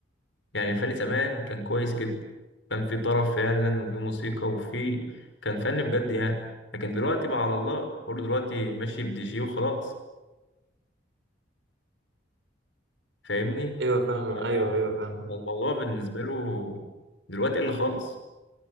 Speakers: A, on the left (about 90°); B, on the right (about 80°).
A: يعني الفن زمان كان كويس جدا كان في طرب فعلا وفي موسيقى وفي كان فن بجد يعني لكن دلوقتي بقى على الله كله دلوقتي ماشي بدي جي وخلاص فاهمني
B: ايوه فاهم
A: أنا-
B: ايوه ايوه فاهم
A: فالموضوع بالنسبة له دلوقتي قل خالص